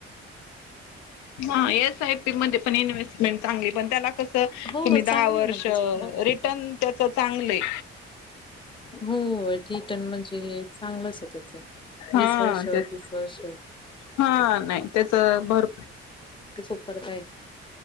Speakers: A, on the left (about 65°); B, on the left (about 15°).
A: हा एस आय पी मदे पण इन्व्हेस्टमेंट चली पण त्याला कस <unintelligible>
B: हो चांगलं
A: दाह वर्ष
B: आहे ना त्याच्यात पण
A: रिटर्न तर त चांगले.
B: हू रिटर्न म्हणजे चांगलंच आहे त्याच
A: हा
B: वीस वर्ष,
A: तेच
B: तीस वर्ष.
A: हा नाही त्याच भर
B: करताय <unintelligible>